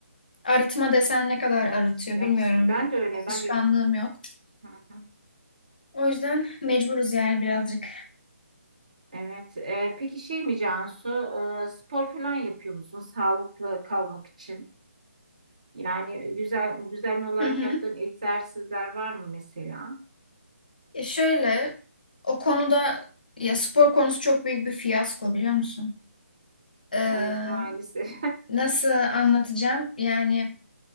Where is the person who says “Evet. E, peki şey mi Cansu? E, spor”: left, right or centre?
Right